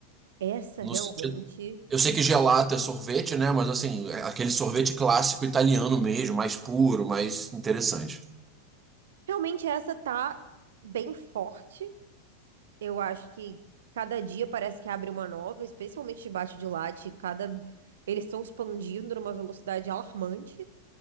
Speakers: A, on the right; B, on the right.
A: Essa
B: No
A: realmente
B: sentido, eu sei que gelato é sorvete, né? Mas assim, é aquele sorvete clássico italiano mesmo, mais puro, mais interessante.
A: Realmente essa tá bem forte. Eu acho que cada dia parece que abre uma nova, especialmente debaixo de latte, cada eles estão expandindo numa velocidade alarmante.